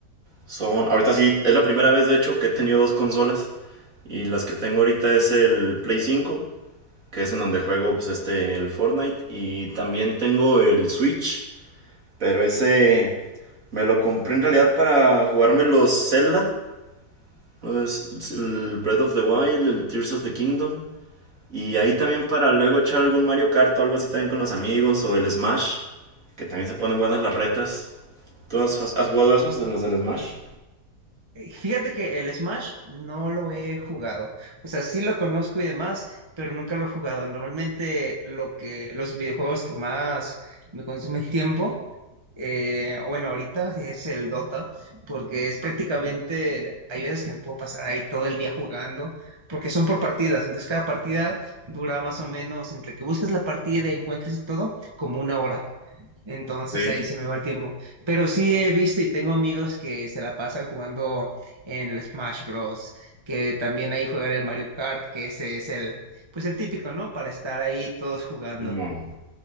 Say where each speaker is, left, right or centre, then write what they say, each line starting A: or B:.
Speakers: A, on the right; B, on the right.
A: son, ahorita sí, es la primera vez de hecho que he tenido dos consolas. Y las que tengo ahorita es el Play cinco que es en donde juego pues este, el Fortnite. Y también tengo el Switch, pero ese me lo compré en realidad para jugarme los Zelda. los- el Breath of the Wild, el Tears of the Kingdom. Y ahí también para luego echar algún Mario Kart o algo así también con los amigos o el Smash, que también se ponen buenas las retas. ¿Tú has, has jugado esos de los del Smash?
B: Eh, Fíjate que el Smash no lo he jugado. O sea, sí lo conozco y demás, pero nunca lo he jugado. Normalmente lo que, los videojuegos que más me consumen <laughs> tiempo, eh, o bueno, ahorita es el Dota, porque es prácticamente, hay veces que me puedo pasar ahí todo el día jugando, porque son por partidas. Entonces cada partida dura más o menos entre que buscas la partida y encuentras y todo, como una hora. Entonces
A: Sí,
B: ahí se me va el tiempo. Pero sí he visto y tengo amigos que se la pasan jugando en el Smash Bros. Que también ahí juegan el Mario Kart, que ese es el, pues el típico, ¿no? Para estar ahí todos jugando.
A: Simón.